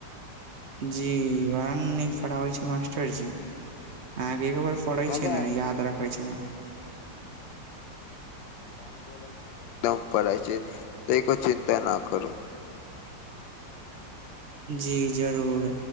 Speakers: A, on the right; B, on the left.
A: जी बरा नीक पढ़ाबै छैय मास्टरजी अहाॅंके एक बार स पढ़ै
B: मजा
A: छी ना याद रखै छिय।
B: अहाँ बोले छी त एकदम पढ़इ छी तनिको चिन्ता ना करू।
A: जी जरूर